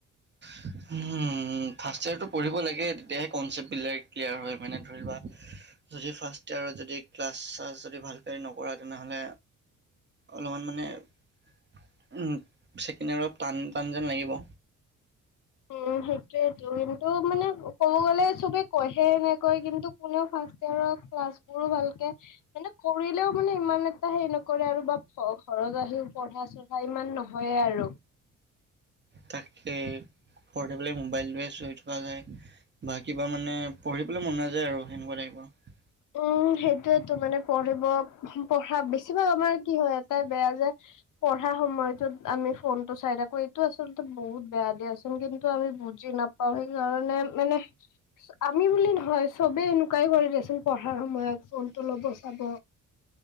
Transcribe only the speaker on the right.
উম, ফাৰ্ষ্ট ইয়েৰটো পঢ়িব লাগে তেতিয়াহে কনচেপ্টবিলাক ক্লিয়াৰ হয় মানে ধৰিবা, যদি ফাৰ্ষ্ট ইয়াৰত যদি ক্লাছ-চাছ যদি ভালকে নকৰা তেনেহ'লে অলপমান মানে উ ছেকেণ্ড ইয়াৰত টান-টান যেন লাগিব।
তাকে। ঘৰতে বোলে মোবাইলটোৱে চোই থকা যায় বা কিবা মানে পঢ়িবলৈ মন নাযায় আৰু সেনেকুৱা টাইপ। <unintelligible>